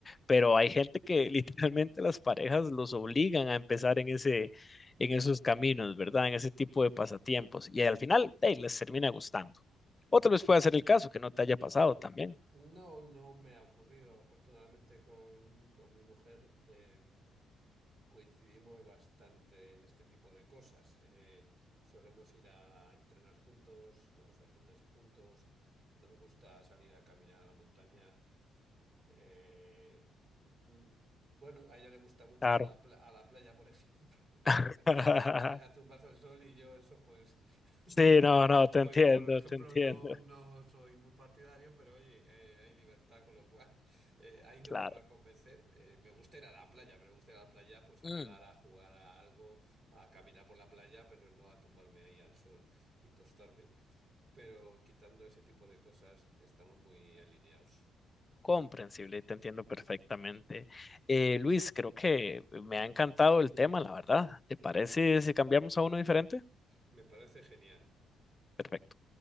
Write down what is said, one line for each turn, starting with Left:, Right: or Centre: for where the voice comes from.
Left: pero hay gente que <laughs> literalmente las parejas los obligan a empezar en ese, en esos caminos, ¿verdad? En ese tipo de pasatiempos. Y al final, hey, les termina gustando. O tal vez pueda ser el caso que no te haya pasado también.
Right: No, no me ha ocurrido. Afortunadamente con, con mi mujer em, coincidimos bastante en este tipo de cosas. Eh, solemos ir a entrenar juntos, vamos al gimnasio juntos, nos gusta salir a caminar a la montaña. Eh, mm, bueno, a ella le gusta mucho
Left: Claro.
Right: ir a la, pla- a la playa, por <laughs> ejemplo
Left: <laughs>
Right: a poner a tumbarse al sol y yo eso pues <laughs>
Left: Sí, no, no, te
Right: pues
Left: entiendo,
Right: por ejemplo
Left: te entiendo.
Right: no no
Left: <laughs>
Right: soy muy partidario pero oye eh, hay libertad con lo cual <laughs> eh, ahí no
Left: Claro.
Right: me va a convencer Eh, me gusta ir a la playa pero me gusta ir a la playa pues a
Left: Mm,
Right: nadar a jugar a algo a caminar por la playa pero no a tumbarme ahí al sol y tostarme pero quitando ese tipo de cosas estamos muy alineados
Left: comprensible, te entiendo perfectamente. Eh, Luis, creo que me ha encantado el tema, la verdad. ¿Te parece si cambiamos a uno diferente?
Right: me parece genial
Left: Perfecto.